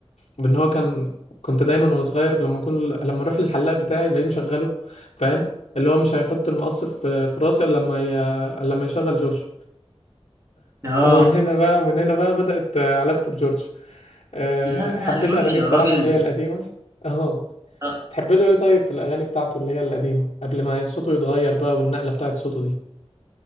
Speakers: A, on the left (about 80°); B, on the right (about 30°).
A: بان هو كان كنت دايما وانا صغير لما اكون لما اروح للحلاق بتاعي الاقيه مشغله فاهم اللي هو مش هيحط المقص في في راسي الا لما ي... إلا لما يشغل جورج
B: اه
A: ومن هنا بقى ومن هنا بقى بدأت آه، علاقتي بجورج آه،
B: لا
A: حبيت
B: لا جورج
A: أغانيه
B: يا
A: الصراحة
B: راجل
A: اللي
B: من
A: هي القديمة <laughs> اه
B: آه.
A: تحب له ايه طيب في الأغاني بتاعته اللي هي القديمة قبل ما صوته يتغير بقى والنقلة بتاعت صوته دي